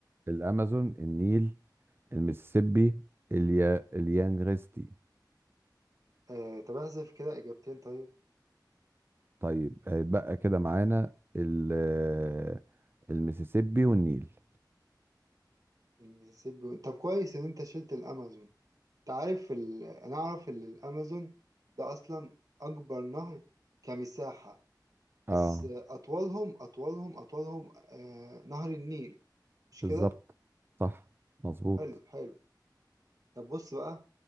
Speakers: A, on the right; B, on the right.
A: الأمازون النيل المسيسيبي اليا... اليانغستي
B: آه طب احذف كده اجابتين طيب
A: طيب هيتبقى كده معانا ال... آه، المسيسيبي والنيل
B: المسيسيبي و- طب كويس ان انت شلت الامازون تعرف ال... انا اعرف ان الامازون ده اصلا اكبر نهر كمساحة
A: اه
B: بس اطولهم اطولهم اطولهم آه نهر النيل مش
A: بالظبط
B: كده
A: صح مظبوط
B: حلو حلو طب بص بقى